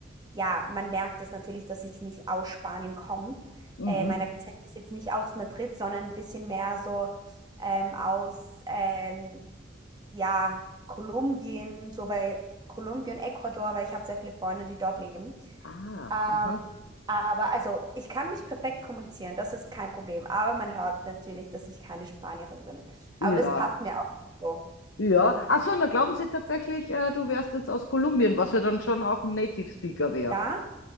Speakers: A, on the right (about 20°); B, on the left (about 80°).
A: ja, man merkt es natürlich, dass ich nicht aus Spanien komme.
B: mhm.
A: Äh, mein Akzent ist jetzt nicht aus Madrid, sondern ein bisschen mehr so ähm, aus, ähm, ja, Kolumbien, so bei Kolumbien, Ecuador, weil ich habe sehr viele Freunde, die dort leben.
B: Ah,
A: Ähm,
B: aha.
A: aber also, ich kann mich perfekt kommunizieren, das ist kein Problem. Aber man hört natürlich, dass ich keine Spanierin bin. Aber
B: Ja.
A: das passt mir auch so.
B: Ja. Ach so, und da glauben sie tatsächlich, äh, du wärst jetzt aus Kolumbien, was ja dann schon auch ein Native Speaker wäre.
A: Ja,